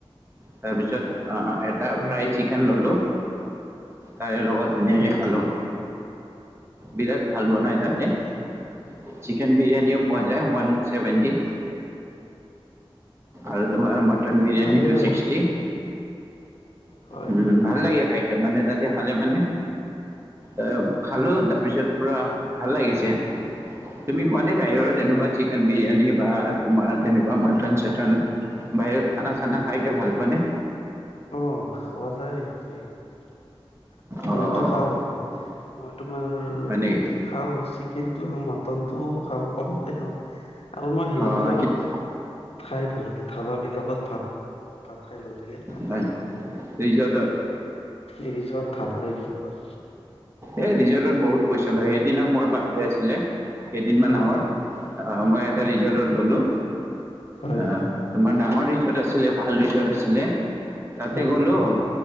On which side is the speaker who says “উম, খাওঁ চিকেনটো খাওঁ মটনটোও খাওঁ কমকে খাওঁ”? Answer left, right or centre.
Left